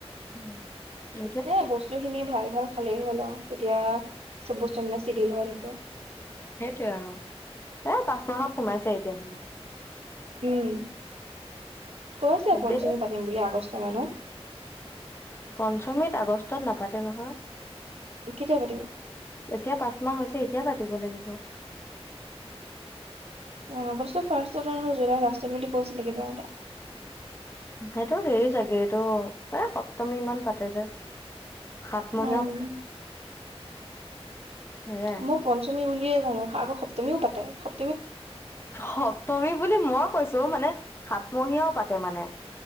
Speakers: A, on the left (about 25°); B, on the right (about 75°).
A: উম এতিয়া
B: হে বস্তু খিনি ভাল ভাল খালেই হ'ল আৰু এতিয়া চব বস্তু মানে চিডিল হৈ থাকে
A: সেইটোৱয়ে আৰু এ পাঁচ মাহত সোমাইছে এতিয়া দিলে।
B: উম কৈছে পঞ্চমী
A: দে
B: পাতিম বুলি আগষ্ট বৰ্তমানত।
A: পঞ্চমীত আগষ্টত নাপাতে নহয়।
B: কেতিয়া পাতিব
A: এতিয়া পাঁচ মাহ হৈছে এতিয়া পা থাকিব লাগিব।
B: অ আগষ্টৰ ফাৰ্ষ্টত নহলে জুলাই লাষ্টত বুলি কৈছিলে কিবা এটা।
A: সেইটো হেৰি চাগে, এইটো এ সপ্তমী মান পাতে যে। সাতমহীয়া
B: উম
A: সেয়াই
B: মই পঞ্চমী বুলিয়ে জানো আকৌ সপ্তমীও পাতে। সপ
A: সপ্তমী বুলি মই কৈছো মানে সাতমহীয়াও পাতে মানে